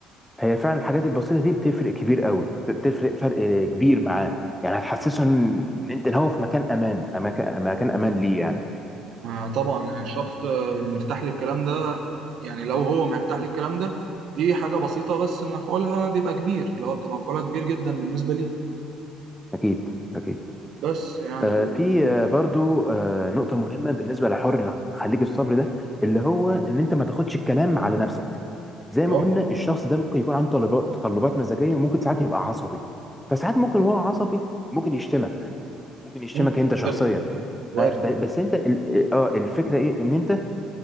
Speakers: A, in the centre; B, on the right.
A: هي فعلا الحاجات البسيطة دي بتفرق كبير قوي بتفرق فرق كبير معاه يعني هتحسسه ان إن انت هو في مكان امان مكان مكان امان ليه يعني
B: ما طبعا يعني الشخص آه، مرتاح للكلام ده يعني لو هو مرتاح للكلام ده دي حاجة بسيطة بس مفعولها بيبقى كبير لو بتبقى مفعولها كبير جدا بالنسبة لي
A: اكيد اكيد
B: بس يعني
A: آه في
B: و-
A: آه برضو آه نقطة مهمة بالنسبة لحر خليك الصبر ده اللي هو ان انت ما تاخدش الكلام على نفسك زي ما
B: اه
A: قلنا الشخص ده ممكن يكون عنده طلبات تقلبات مزاجية وممكن ساعات يبقى عصبي فساعات ممكن وهو عصبي ممكن يشتمك ممكن يشتمك
B: ممكن
A: انت شخصيا
B: وارد وارد
A: ف- ب- بس انت ال- اه الفكرة ايه ان انت